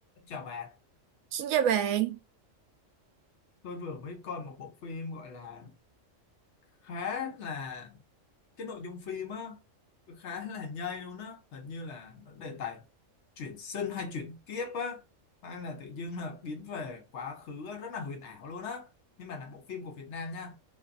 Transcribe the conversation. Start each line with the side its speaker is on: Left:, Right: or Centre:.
Left: Chào bạn,
Right: Xin chào bạn,
Left: tôi vừa mới coi một bộ phim gọi là khá là cái nội dung phim á khá là nhây luôn á, hình như là nó đề tài chuyển sinh hay chuyển kiếp á hay là tự dưng là biến về quá khứ á, rất là huyền ảo luôn á. Nhưng mà là bộ phim của Việt Nam nha,